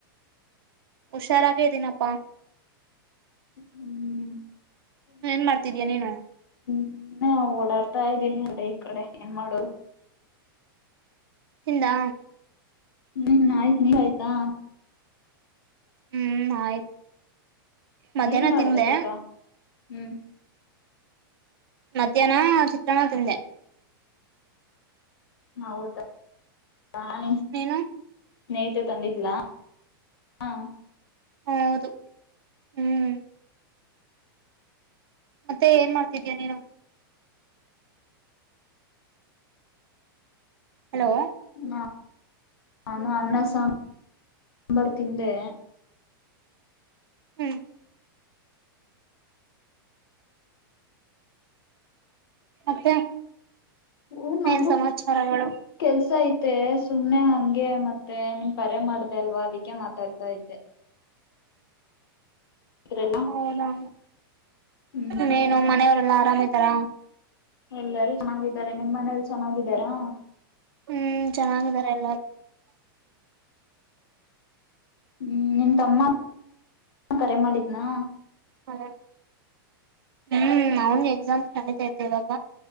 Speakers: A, on the right; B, on the left.
A: ಹುಷಾರಾಗ ಇದೀನಪ್ಪಾ.
B: ಹ್ಮ್
A: ಹ ಏನ್ ಮಾಡ್ತಿದೀಯ ನೀನು.
B: ಹ್ಮ ಓಡಾಡ್ತಾ ಇದ್ದೀನಿ ಅಲ್ಲ ಈ ಕಡೆ ಏನ್ ಮಾಡುದು.
A: ತಿಂದಾ.
B: ಹ್ಮ್ ಆಯ್ತು ನೀವ ಆಾಯ್ತಾ
A: ಹ್ಮ್ ಆಯ್ತು. ಮಧ್ಯಾಹ್ನ
B: ಏನ್ ಮಾಡ್ದ
A: ತಿಂದೆ
B: ಊಟ ಹ್ಮ್.
A: ಮಧ್ಯಾಹ್ನ ಚಿತ್ರಣ ತಿಂದೆ. ಉ
B: ಹಾವುದ. ಹಾ ನಿನ್
A: ನೀನು
B: ಸ್ನೇಹಿತೆ ತಂದಿದ್ಲಾ. ಹಾ
A: ಹ ಹೌದು ಹ್ಮ್ ಮತ್ತೆ ಏನ್ ಮಾಡ್ತಿದೀಯ ನೀನು ಹಲೋ
B: ನ ನಾನು ಅನ್ನ ಸಾಂಬರ್ ತಿಂದೆ
A: ಹ್ಮ್ ಮತ್ತೆ
B: ಹ ನಂಗು
A: ಏನ್ ಸಮಾಚಾರಗಳು
B: ಕೆಲ್ಸ ಇತ್ತು. ಮತ್ತೆ ಸುಮ್ನೆ ಹಂಗೆ ಮತ್ತೆ ನಿನ್ ಕರೆ ಮಾಡಿದೆ ಅಲ್ವಾ ಅದಿಕ್ಕೆ ಕೆ ಮಾತಾಡ್ತಾ ಇದ್ದೆ. ಇದ್ರಲ್ಲ
A: ಹೌದಾ
B: ಹ್ಮ್
A: ನೀನು ಮನೆಯವರೆಲ್ಲಾ ಆರಾಮ ಇದ್ದಾರ.
B: ಎಲ್ಲಾರೂ ಚೆನ್ನಾಗಿದ್ದಾರೆ ನಿಮ್ಮ ಮನೇಲಿ ಚೆನ್ನಾಗಿದ್ದಾರಾ?
A: ಹ್ಮ್ ಚೆನ್ನಾಗಿದಾರ ಎಲ್ಲಾರು.
B: ಹ್ಮ್ ನಿಮ ತಮ್ಮ ಹಾ ಕರೆ ಮಾಡಿದ್ನಾ?
A: ಹ ಹ್ಮ್ ಅವನ್ ಎಕ್ಸಾಮ್ ನಡಿತೈತೆ ಇವಾಗ.